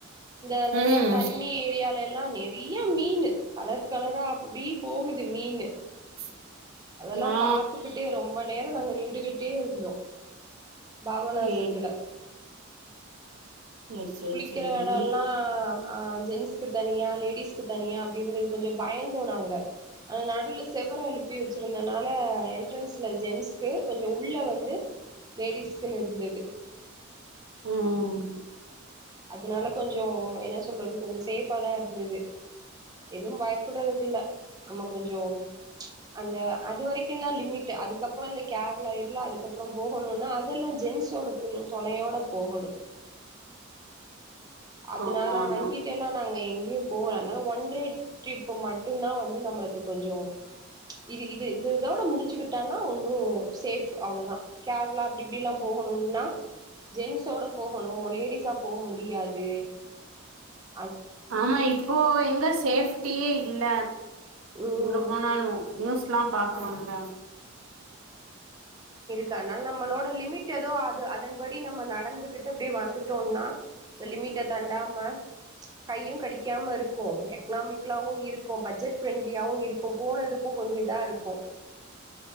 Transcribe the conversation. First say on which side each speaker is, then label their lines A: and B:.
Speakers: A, on the right; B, on the right.
A: இந்த அதல்லா
B: ம்
A: தண்ணி ஏரியாலல் லாம் நெறிய மீனு கலர் கலரா அப்டி போகுது மீனு
B: <inaudible>
A: அதல்லாம
B: ஆ
A: பாத்துக்கிட்டே ரொம்ப நேர நாங்க நின் டுகிட்டே இருந்தோ பாபநாசத்துல
B: சேரி சேரி சேரி
A: குளிக்கிற
B: சேரி
A: எடொல்லா ஆ ஜென்ஸ்க்கு தனியா லேடிஸ்கு தனியா அப்டி இருந்தது கொஞ்சொ பயந்தோ நாங்க அது நடுல செவுற எழுப்பி வச்சிருந்தனால என்ட்ரன்ஸ்ல ஜென்ஸ்க்கு கொஞ்ச உள்ள வந்து லேடிஸ்க்குன்னு இருந்தது
B: உம்‌ உம் உம்
A: அதனால கொஞ்சொ என்ன சொல்றது கொஞ்சொ சேஃப்ஃபாதா இருந்தது எதும் பயப்படுறதுக்கில்ல நம்ம கொஞ்சம் அந்த அது வரைக்கும் தா லிமிட்டு் அதுக்கப்புறொ இந்த கேரளா இருளா அதுக்கப்புறம் போகணுன்னா அதெல்லா ஜென்ஸோட துண தொணையோட போகணு அதுனால
B: ஆமா ஆமா
A: அங்கிட்டெல்லா நாங்க எங் கயும் போகல என ஒன்டே ட்ரிப்பு மட்டுந்தா வந்து நம்மளுக்கு கொஞ்சொ இது இது இதோட முடிச்சுக்கிட்டன்னா ஒன்னு சேஃப் அவ்ளதா கேரளா அப்டி இப்டில்லா போகணும்னா ஜென்ஸோட போகணு‌ லேடிஸா போக முடியா து
B: ஆமா இப்போ எங்க சேஃப்டியே இல்ல
A: ம்
B: எங்க போனாலு நியூஸ்லா பாக்குறோம்ல
A: ஆமா த அனால் நம்மளோட லிமிட் எதோ அது அதன்படி நம்ம நடந்துகிட்டு அப்படி வந்துட்டோம்னா லிமிட்ட தாண்டாம கையும் கடிக்காம இருக்கு எக்கனாமிக்லாவு இருக்கு பட்ஜெட் ஃப்ரெண்ட்லியாவு இருக்கும் போனதுக்கு கொஞ்ச இதா இருக்கு